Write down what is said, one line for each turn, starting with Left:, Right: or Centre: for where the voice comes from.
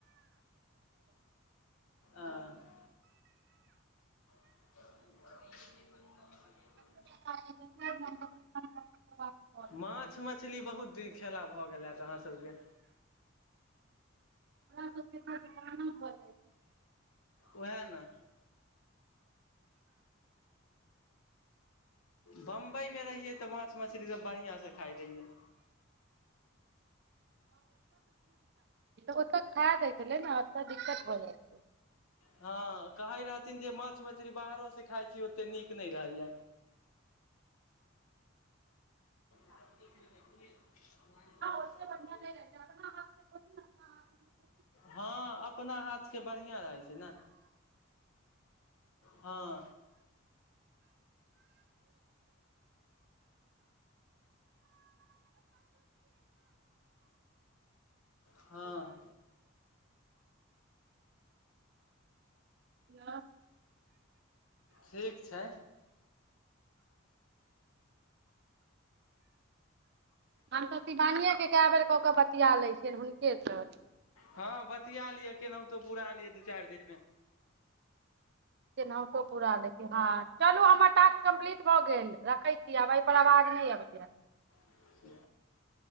Left: आ <inaudible> ब <inaudible>
Right: <inaudible> अपना
Left: माछ मछली बहुत दिन खेला भऽ गेल हेत अहाँसभकेँ
Right: धान भऽ क देलकयि। <unintelligible>
Left: ओह ने बम्बइमे रहियै तऽ माछ मछलरीसभ बढ़िआँसँ खाइत रहियै
Right: ओ तऽ खा जाइ छै छले ने ओतऽ दिक्कत भऽ जै छै
Left: हँ कहै रहथिन जे माछ मछरी बाहरोसँ खाइ छी ओतेक नीक नहि रहैय हल्दी के ओखने कमाय भ गेलै।
Right: ओते बढ़िआँ नहि रहै छै अपना हाथके थोड़ी ने अपना हाथ अपना
Left: हँ अपना हाथके बढ़िआँ रहै छै ने हँ हँ
Right: हाथ
Left: ठीक छै
Right: हम तऽ शिवानिएके कए बेर कऽ कऽ बतिया लैत छियनि हुनकेसँ
Left: हँ बतिया लियअ केनाहुतो पुरा लियअ दू चारि दिनमे
Right: केनहौतो पूरा लै हँ चलू हमर टास्क कम्प्लीट भऽ गेल रखै छी आब एहि पर आवाज नहि अबैया
Left: <inaudible>